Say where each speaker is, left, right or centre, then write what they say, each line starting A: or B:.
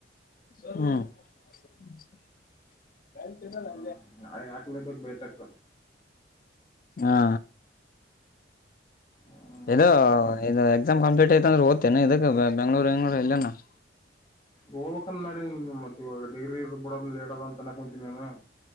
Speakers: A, on the left; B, on the left.
A: ಹ್ಮ
B: ಹ್ಮ್ ನಾಳೆ ಯಾಕ್ಲಬೇಕಕ್ ಬೇಟಕ್
A: ಹಾ
B: ಹ್ಮ್
A: ಇ ಇದು ಎಕ್ಸಾಮ್ ಕಂಪ್ಲೀಟ್ ಐತ ಅಂದ್ರೆ ದ್ತೇನೆ ಇದಕ್ ಬೆಂಗ್ಗಳೂರುಂಗ್ಗಳೂರ್ ಇಲ್ಲನ ಹ
B: ಹೋಗವಕಂದ ಮಾಡಿ ಮತ್ತತ್ ಇವಾಗ ಡಿಗ್ರಿ ಇರ ಬಿಡೋದ ಲೇಟ್ ಅದ ಅಂತ ಅನಕ ಕುಂತೀನಿ ನೀ